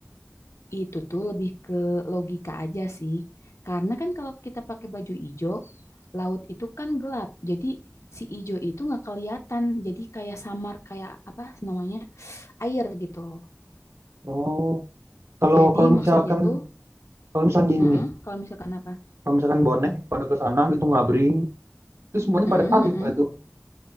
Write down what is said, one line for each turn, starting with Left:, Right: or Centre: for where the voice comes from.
Left: Itu tuh lebih ke logika aja sih, karena kan kalau kita pakai baju ijo, laut itu kan gelap, jadi si ijo itu nggak kelihatan, jadi kayak samar, kayak apa namanya, air gitu.
Right: Oh, kalau
Left: Jadi
Right: kalau
Left: maksudnya
Right: misalkan
Left: tuh
Right: kalau misalkan gini
Left: heeh,
Right: nih,
Left: kalau misalkan apa?
Right: kalau misalkan bonek pada ke sana gitu ngabring, terus semuanya
Left: Mhm
Right: pada pamit
Left: mhm.
Right: lah tuh.